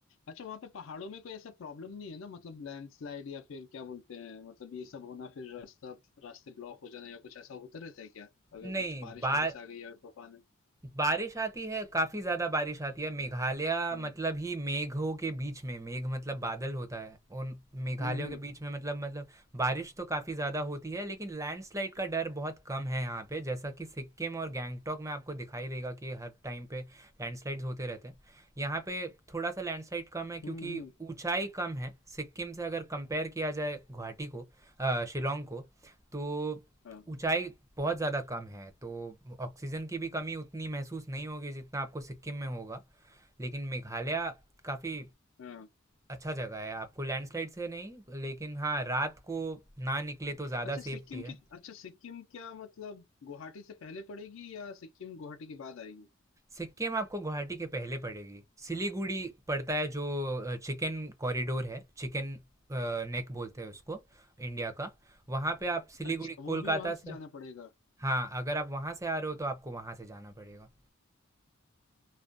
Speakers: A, on the left; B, on the right.
A: अच्छा वहां पे पहाड़ों में कोई ऐसा प्रॉब्लम नहीं है ना मतलब लैंडस्लाइड या फिर क्या बोलते हैं मतलब ये सब होना फिर रास्ता रास्ते ब्लॉक हो जाना या कुछ ऐसा होता रहता है क्या अगर
B: नहीं
A: कुछ बारिश
B: बा
A: वारिश आ गई या तूफान है
B: बारिश आती है काफ़ी ज़्यादा बारिश आती है मेघालय
A: हम्म
B: मतलब ही मेघों के बीच में मेघ मतलब बादल होता है उन मेघालयों
A: हम्म हम्म
B: के बीच में मतलब मतलब बारिश तो काफ़ी ज़्यादा होती है लेकिन लैंडस्लाइड का डर बहुत कम है यहाँ पे जैसा कि सिक्किम और गैंगटॉक में आपको दिखाई देगा कि हर टाइम पे लैंडस्लाइड्स होते रहते हैं यहाँ पे थोड़ा सा लैंडस्लाइड कम है क्योंकि
A: हम्म हम्म,
B: ऊंचाई कम है सिक्किम से अगर कंपेयर किया जाए गुवाहाटी को अ, शिलोंग को तो
A: हाँ
B: ऊँचाई बहुत ज़्यादा कम है तो ऑक्सीजन की भी कमी उतनी महसूस नहीं होगी जितना आपको सिक्किम में होगा लेकिन मेघालय काफ़ी
A: हाँ
B: अच्छा जगह है आपको लैंडस्लाइड से नहीं लेकिन हाँ रात को ना निकले तो ज़्यादा
A: अच्छा सिक्किम
B: सेफ्टी है
A: की अच्छा सिक्किम क्या मतलब गुवाहाटी से पहले पड़ेगी या सिक्किम गुवाहाटी के बाद आएगी
B: सिक्किम आपको गुवाहाटी के पहले पड़ेगी सिलीगुड़ी पड़ता है जो चिकन कॉरिडोर है चिकन नेक बोलते हैं उसको इंडिया का वहाँ पे आप सिलीगुड़ी
A: अच्छा
B: कोलकाता
A: वो भी वहां
B: से
A: से जाना पड़ेगा
B: हाँ अगर आप वहाँ से आ रहे हो तो आपको वहाँ से जाना पड़ेगा